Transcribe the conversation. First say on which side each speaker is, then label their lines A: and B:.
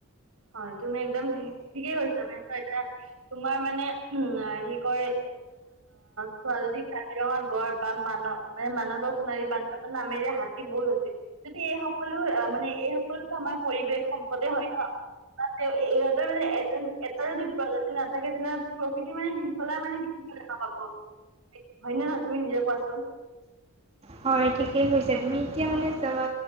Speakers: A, on the right (about 70°); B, on the right (about 25°).
A: হয় তুমি একদম ঠিকেই কৈছা মানে। এ তোমাৰ মানে উম হেৰি কয় চোৱা যদি কাজিৰঙাত গড় বা মানৱ মানে মানৱৰ সোণাৰী বান্ধ মানে নামেৰে হাতী বহুত আছে যদি এই সকলো মানে এই সকলো আমাৰ পৰিৱেশ সম্পদে হয় ন। বা তেওঁ ইহঁতৰ মানে এজন এটা যদি প্ৰজাতিৰ নাথাকে তেনেহ'লে প্ৰকৃতিৰ মানে শৃংখলা কি। ক'ত দেখা পাব হয়নে নহয় তুমি নিজেই কোৱাচোন।
B: হয় ঠিকেই হৈছে তুমি এতিয়া মানে যাবা